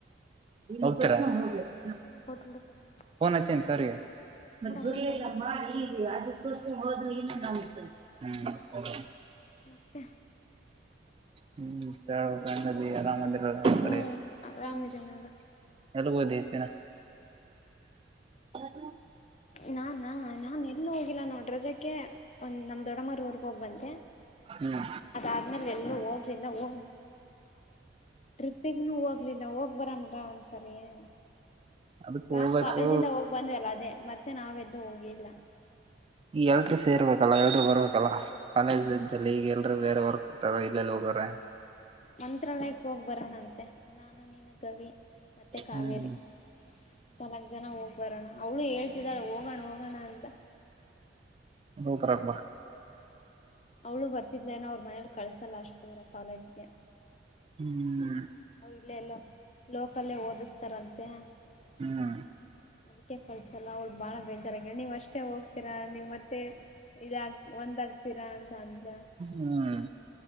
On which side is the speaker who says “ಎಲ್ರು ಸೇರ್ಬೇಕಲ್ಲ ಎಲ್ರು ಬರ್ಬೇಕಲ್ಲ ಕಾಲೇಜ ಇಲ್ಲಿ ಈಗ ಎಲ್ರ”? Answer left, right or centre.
Right